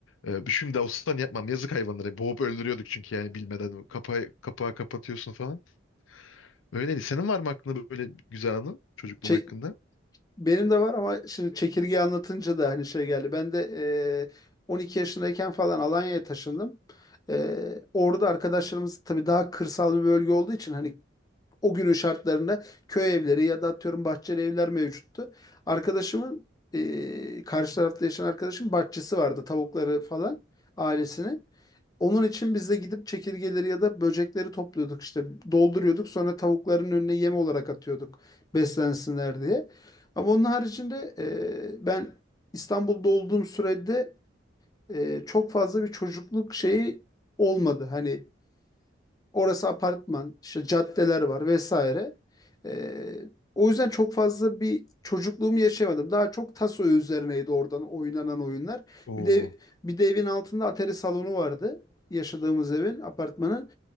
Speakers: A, on the left; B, on the left.
A: E, şimdi olsan yapmam yazık hayvanlara. Boğup öldürüyorduk çünkü yani bilmeden kapağı, kapağı kapatıyorsun falan. Öyleydi. Senin var mı aklında böyle güzel anı çocukluğun
B: Çe-
A: hakkında?
B: benim de var ama şimdi çekirgeyi anlatınca da hani şey geldi. Ben de e, 12 yaşındayken falan Alanya'ya taşındım. E, orada arkadaşlarımız tabii daha kırsal bir bölge olduğu için hani o günün şartlarında köy evleri ya da atıyorum bahçeli evler mevcuttu. Arkadaşımın e, karşı tarafta yaşayan arkadaşım bahçesi vardı tavukları falan ailesinin. Onun için biz de gidip çekirgeleri ya da böcekleri topluyorduk işte dolduruyorduk sonra tavukların önüne yem olarak atıyorduk beslensinler diye. Ama onun haricinde e, ben İstanbul'da olduğum sürede e, çok fazla bir çocukluk şeyi olmadı. Hani Orası apartman, işte caddeler var vesaire. Ee, o yüzden çok fazla bir çocukluğumu yaşayamadım. Daha çok taso üzerineydi oradan oynanan oyunlar.
A: Oo.
B: Bir de bir de evin altında atari salonu vardı. Yaşadığımız evin, apartmanın.